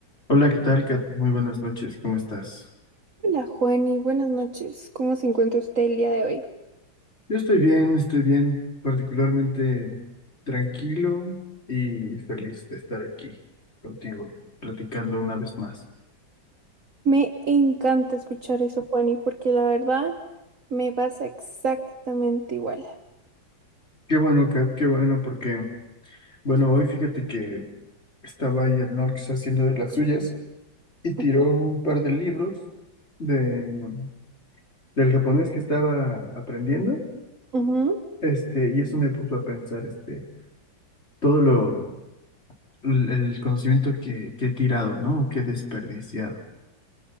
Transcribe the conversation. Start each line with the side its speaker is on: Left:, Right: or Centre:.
Left: Hola, ¿qué tal, Kat? Muy buenas noches, ¿cómo estás?
Right: Hola Juani, buenas noches. ¿Cómo se encuentra usted el día de hoy?
Left: Yo estoy bien, estoy bien, particularmente tranquilo y feliz de estar aquí contigo, platicando una vez más.
Right: Me encanta escuchar eso, Juani, porque la verdad me pasa exactamente igual.
Left: Qué bueno, Kat, qué bueno, porque, bueno, hoy fíjate que estaba ahí el Nox haciendo de las suyas y tiró
Right: Ujú,
Left: un par de libros de, del japonés que estaba aprendiendo,
Right: ujú,
Left: este, y eso me puso a pensar, este, todo lo, el el conocimiento que, que he tirado, ¿no? Que he desperdiciado.